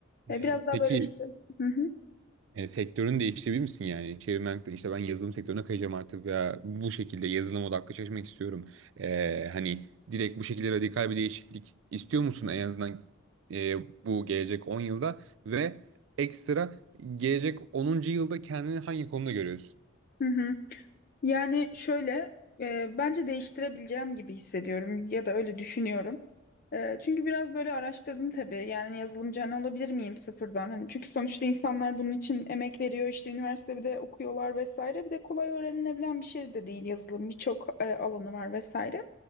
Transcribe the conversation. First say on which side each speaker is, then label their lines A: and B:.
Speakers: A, on the right; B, on the left.
A: E,
B: E, biraz daha
A: peki
B: böyle işte hı hı,
A: e, sektörün değiştirebilir misin yani? Çevirmen işte ben yazılım sektörüne kayacağım artık veya bu şekilde yazılım odaklı çalışmak istiyorum. E, hani direkt bu şekilde radikal bir değişiklik istiyor musun en azından e, bu gelecek 10 yılda ve ekstra gelecek onuncu yılda kendini hangi konuda görüyorsun?
B: hı hı. Yani şöyle e, bence değiştirebileceğim gibi hissediyorum ya da öyle düşünüyorum. E, çünkü biraz böyle araştırdım tabii yani yazılımcı hani olabilir miyim sıfırdan? Hani çünkü sonuçta insanlar bunun için emek veriyor işte üniversitede okuyorlar vesaire bir de kolay öğrenilebilen bir şey de değil yazılım birçok e, alanı var vesaire.